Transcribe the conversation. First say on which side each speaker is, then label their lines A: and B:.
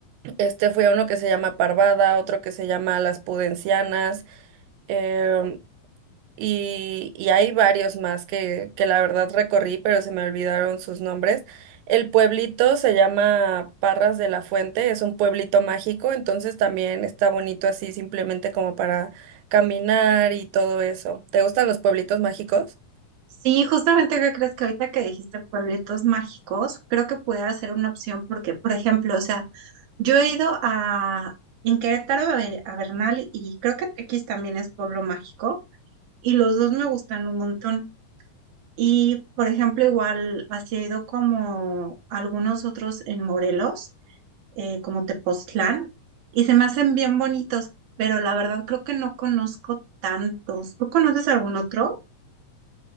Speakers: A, on the right; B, on the right.
A: Este fui a uno que se llama Parvada, otro que se llama Las Pudencianas. em, y, y hay varios más que, que la verdad recorrí, pero se me olvidaron sus nombres. El pueblito se llama Parras de la Fuente, es un pueblito mágico, entonces también está bonito así simplemente como para caminar y todo eso. ¿Te gustan los pueblitos mágicos?
B: Sí, justamente que crees que ahorita que dijiste pueblitos mágicos, creo que pudiera ser una opción porque, por ejemplo, o sea, yo he ido a en Querétaro a, Be- a Bernal y creo que Tequis también es pueblo mágico y los dos me gustan un montón. Y, por ejemplo, igual así he ido como a algunos otros en Morelos, eh, como Tepoztlán, y se me hacen bien bonitos, pero la verdad creo que no conozco tantos. ¿Tú conoces algún otro?